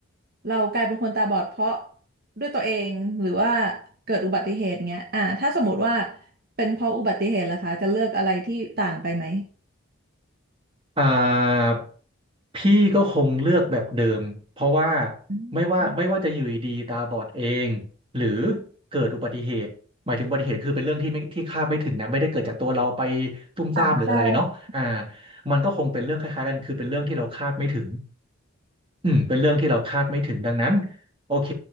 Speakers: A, on the right; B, on the right.
A: เรากลายเป็นคนตาบอดเพราะด้วยตัวเองหรือว่าเกิดอุบัติเหตุเงี้ยอ่าถ้าสมมติว่าเป็นเพราะอุบัติเหตุล่ะคะจะเลือกอะไรที่ต่างไปไหม
B: อ่าพี่ก็คงเลือกแบบเดิมเพราะว่า
A: อืม
B: ไม่ว่าไม่ว่าจะอยู่ดีๆตาบอดเองหรือเกิดอุบัติเหตุหมายถึงอุบัติเหตุคือเป็นเรื่องที่ไม่ที่คาดไม่ถึงนะไม่ได้เกิดจากตัวเราไปตุ่มซ่ามหรืออะไรเนาะอ่า
A: ค่ะใช่
B: มันก็คงเป็นเรื่องคล้ายๆกันคือเป็นเรื่องที่เราคาดไม่ถึงอืมเป็นเรื่องที่เราคาดไม่ถึงดังนั้นโอเค